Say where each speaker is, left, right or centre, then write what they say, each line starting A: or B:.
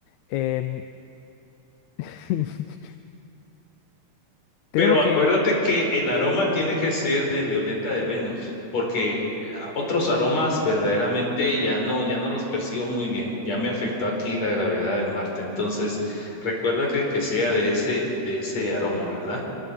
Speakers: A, on the left; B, on the left.
A: Em, <laughs> tenemos
B: Pero acuérdate
A: que
B: que el aroma tiene que ser de violeta de Venus, porque ah, otros aromas verdaderamente ya no, ya no los percibo muy bien. Ya me afectó aquí la gravedad de Marte. Entonces, recuerda que, que sea de ese, de ese aroma, ¿verdad?